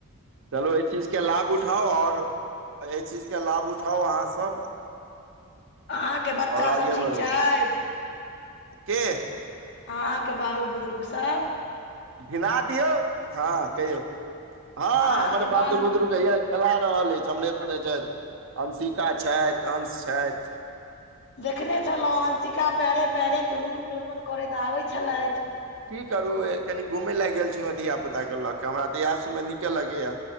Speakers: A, on the right; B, on the left.
A: चलू एहि चीजके लाभ उठाउ आओर, एहि चीजके लाभ उठाउ अहाँसभ
B: अहाँके बच्चासभ
A: आगे
B: ठीक
A: बढ़ू
B: छथि?
A: के
B: अहाँके बाल बुदरूक सब?
A: गिना दियौ हँ कहियौ? हँ
B: अहाँके
A: हमर बात
B: बाल
A: बुदरुक हैया खेला रहल अछि। हमरे सगे जैत अंसिका छथि अंश छथि।
B: देखने छलहुँं अंसिका पैरे पैरे टुनमुन टुनमुन करैत आबै छलथि।
A: की करू कनि घूमय लए गेल छलहुँ धिय पुताके लऽ कऽ हमरा तऽ इएह सब में नीके लगैए।